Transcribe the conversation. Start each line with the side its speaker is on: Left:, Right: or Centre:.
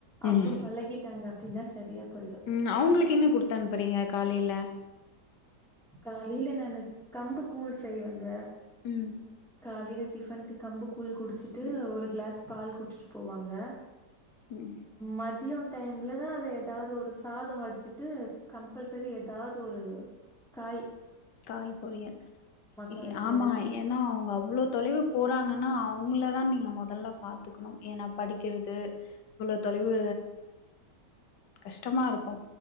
Left: ம்
Centre: அப்றோ பழகிட்டாங்க அப்டினா சரியா போய்டு
Left: ம் அவுங்களுக் என்ன குடுத் அனுப்பறீங்க காலைல
Centre: காலைல நானு கம்பு கூழ் செய்வங்க
Left: ம்
Centre: காலைல டிஃபன்க்கு கம்பு கூழ் குடிச்சிட்டு
Left: ம்
Centre: ஒரு க்ளாஸ் பால் குட்ச்சிட்டு போவாங்க
Left: ம்
Centre: மதியோ டைம்லதா அது எதாது ஒரு சாதோ வடிச்சிட்டு கம்ப்பல்சரி எதாது ஒரு காயி
Left: காய் பொரியல் இ
Centre: காய்
Left: ஆமா
Centre: பொரியல்
Left: இ ஏனா அவுங்க அவ்ளோ தொலைவு போறாங்கனா அவுங்களதா நீங்க மொதல்ல பாத்துக்கணு ஏனா படிக்கிறது இவ்ளோ தொலைவு கஷ்டமா இருக்கு